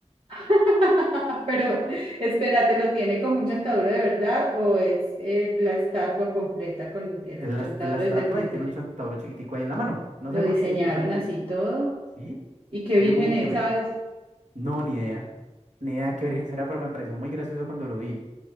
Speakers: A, on the right; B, on the right.
A: <laughs> Pero espérate, ¿lo tiene como un chontaduro de verdad o es eh, la estatua completa con el
B: Es la,
A: chontaduro
B: es la estatua
A: desde el principio?
B: y tiene un chontaduro chiquitico ahí en la mano. No
A: Lo
B: sé
A: diseñaron
B: por qué, o sea, como-
A: así y todo.
B: ¿Sí?
A: ¿Y qué
B: Yo
A: virgen
B: como
A: es,
B: que ve,
A: sabes?
B: no, ni idea, ni idea qué virgen será, pero me pareció muy gracioso cuando lo vi.